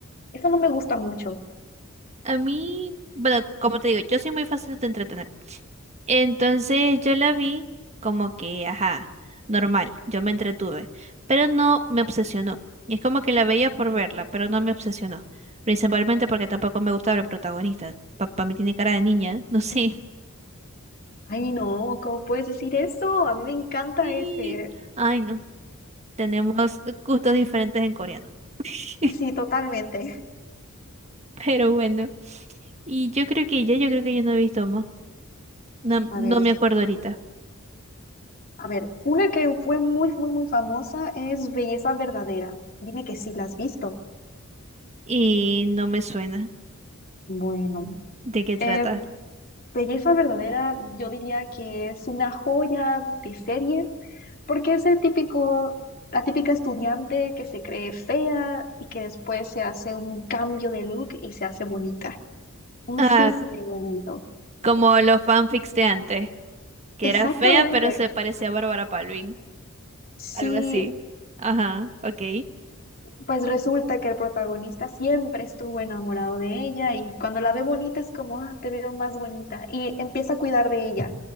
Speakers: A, on the left (about 45°); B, on the right (about 30°).
A: Eso no me gusta mucho.
B: A mí, bueno, como te digo, yo soy muy fácil de entretener. Entonces yo la vi como que, ajá, normal. Yo me entretuve. Pero no me obsesionó. y Es como que la veía por verla, pero no me obsesionó. Principalmente porque tampoco me gustaba el protagonista. Papá, mí tiene cara de niña, <laughs> no sé.
A: Ay, no, ¿cómo puedes decir eso? A mí me encanta
B: sí
A: ese.
B: Ay, no. Tenemos gustos diferentes en coreano. <laughs>
A: Sí, totalmente.
B: Pero bueno. Y yo creo que ya, yo creo que yo no he visto más. No,
A: A
B: no
A: ver,
B: me acuerdo ahorita
A: a ver, una que fue muy, muy, muy famosa es Belleza Verdadera. Dime que sí la has visto.
B: y no me suena
A: Bueno,
B: de qué trata.
A: eh, Belleza Verdadera, yo diría que es una joya de serie. Porque es el típico, la típica estudiante que se cree fea y que después se hace un cambio de look y se hace bonita. Un
B: Ah,
A: cisne bonito.
B: como los fanfics de antes, que
A: Exactamente.
B: era fea pero se parecía a Bárbara Palvin,
A: Sí,
B: algo así. Ajá, ok.
A: pues resulta que el protagonista siempre estuvo enamorado de ella y cuando la ve bonita es como, ah, te veo más bonita. Y empieza a cuidar de ella